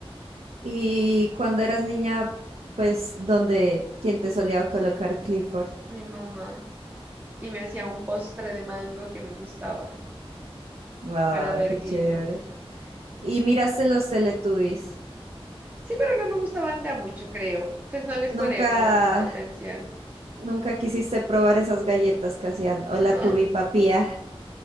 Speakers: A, on the right (about 85°); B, on the right (about 20°).
A: Y cuando eras niña, pues, dónde quién te solía colocar Clifford.
B: mi mamá. Y me hacía un postre de mango que me gustaba
A: Ah,
B: para ver
A: qué
B: Clifford.
A: chévere. Y miraste los Teletubbies.
B: Sí, pero no me gustaban de a mucho, creo. Pues no les ponía
A: Nunca,
B: como mucha atención.
A: nunca quisiste probar esas galletas que hacían. O
B: <laughs>
A: la tubi papía.